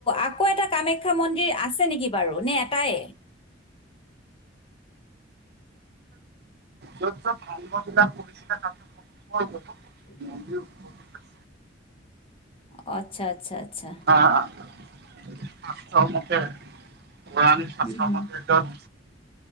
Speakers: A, on the left; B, on the right.
A: আকৌ এটা কামাখ্যা মন্দিৰ আছে নেকি বাৰু, নে এটাই?
B: য'ত য'ত ভং বিলাক কৰিছিলে তাতে <inaudible>
A: <unintelligible>
B: মন্দিৰ উৎপত্তি
A: অ আচ্ছা আচ্ছা আচ্ছা।
B: হা শাস্ত্ৰ মতে কোৰান <inaudible>
A: হুম হুম